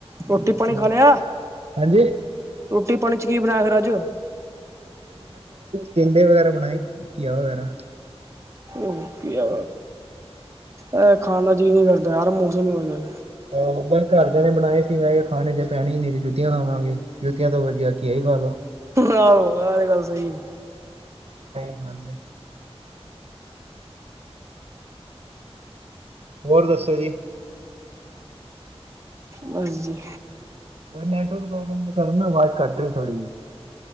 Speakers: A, on the right; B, on the right.
A: ਰੋਟੀ ਪਾਣੀ
B: ਹੋਰ
A: ਖਾ ਲਿਆ?
B: ਹਾਂਜੀ
A: ਰੋਟੀ ਪਾਣੀ ਚ ਕੀ ਬਣਾਇਆ ਫਿਰ ਅੱਜ।
B: ਟੀਂਡੇ ਵਗੈਰਾ ਬਣਾਏ ਘੀਆ ਵਗੈਰਾ।
A: ਓਕੇ ਆ ਏਹ ਖਾਣ ਦਾ ਜੀਅ ਨਹੀਂ ਕਰ ਦਾਰ ਮੌਸਮ ਹੋ ਜਾਏ।
B: <inaudible> ਘਰਦਿਆਂ ਨੇ ਬਣਾਏ ਸੀ ਮੈਂ ਕਿਹਾ ਖਾਣੇ ਤੇ ਪੈਣੇ ਹੀ ਨੀ ਤੇ ਜੁੱਤੀਆਂ ਲਾਵਾਂਗੇ ਜੁੱਤੀਆਂ ਤੋਂ ਵਧੀਆ ਕਿਯਾ ਖਾ ਲੋ।
A: ਆਹੋ ਆਹ ਤੇ ਗੱਲ ਸਹੀ ਆ।
B: ਗੱਲੇ ਹੋਰ ਦੱਸੋ ਜੀ।
A: ਬਸ ਜੀ
B: ਨੈੱਟਵਰਕ ਪ੍ਰੌਬਲਮ ਚ ਕਰਨਾ ਵਾਜ਼ ਕੱਟ ਰਹੀ ਥੋੜ੍ਹੀ